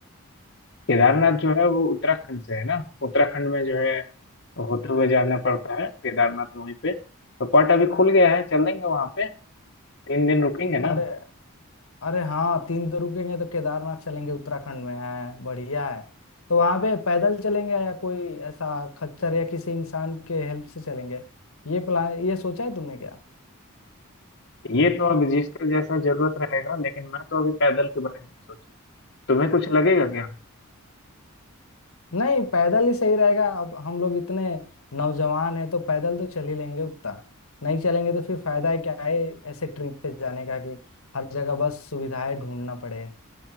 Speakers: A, on the left; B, on the left.
A: केदारनाथ जो है वो उत्तराखंड से है ना उत्तराखंड में जो है होते हुए जाना पड़ता है केदारनाथ वहीं पे तो पट अभी खुल गया है चलेंगे वहाँ पे तीन दिन रुकेंगे ना
B: अरे अरे हाँ तीन दिन रुकेंगे तो केदारनाथ चलेंगे उत्तराखंड में है बढ़िया है तो वहां पे पैदल चलेंगे या कोई ऐसा खच्चर या किसी इंसान के हेल्प से चलेंगे ये प्लान ये सोचा है तुमने क्या
A: ये तो अब जिसका जैसा जरूरत रहेगा लेकिन मैं तो अभी पैदल के बारे में सोच तुम्हें कुछ लगेगा
B: नहीं पैदल ही सही रहेगा अब हम लोग इतने नौजवान हैं तो पैदल तो चल ही लेंगे उतना नहीं चलेंगे तो फिर फायदा है क्या है ऐसे ट्रिप पे जाने का कि हर जगह बस सुविधाएं ढूंढना पड़े